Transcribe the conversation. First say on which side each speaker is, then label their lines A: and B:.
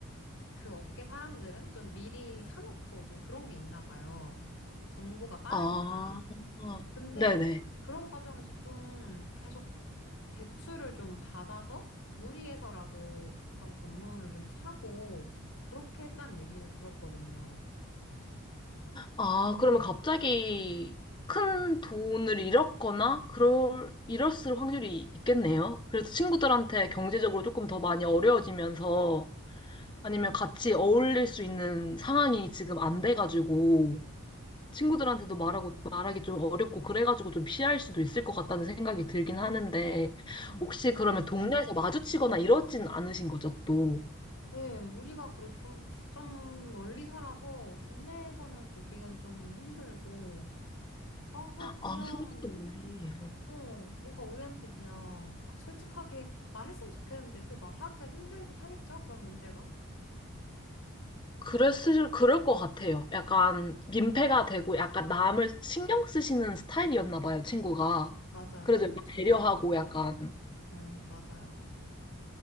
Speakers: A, on the left; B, on the left.
A: 그 업계 사람들은 좀 미리 사놓고 좀 그런 게 있나 봐요. 정보가 빠르니까.
B: 아,
A: 근데
B: 네네.
A: 그런 과정에서 좀 계속 대출을 좀 받아서 무리해서라도 그- 그런 건물을 좀 사고 그렇게 했다는 얘기는 들었거든요.
B: 아, 그러면 갑자기 큰 돈을 잃었거나, 그럴, 잃었을 확률이 있겠네요. 그래서 친구들한테 경제적으로 조금 더 많이 어려워지면서, 아니면 같이 어울릴 수 있는 상황이 지금 안 돼가지고, 친구들한테도 말하고, 말하기 좀 어렵고, 그래가지고 좀 피할 수도 있을 것 같다는 생각이 들긴 하는데,
A: 음.
B: 혹시 그러면 동네에서 마주치거나 이러진 않으신 거죠, 또?
A: 네, 우리가 그래 좀, 좀 멀리 살아서 동네에서는 보기가 좀 힘들고, 아, 그냥, 그냥,
B: 아, 서울도또 멀리.
A: 어, 뭔가 우리한테 그냥, 아, 솔직하게 말했으면 좋겠는데, 그 말하기가 힘들긴 하겠죠? 그런 문제가?
B: 그랬을, 그럴 것 같아요. 약간 민폐가 되고 약간 남을 신경 쓰시는 스타일이었나 봐요, 친구가.
A: 맞아요,
B: 그래도
A: 엄청.
B: 약간 배려하고
A: 응,
B: 약간.
A: 네, 맞아요.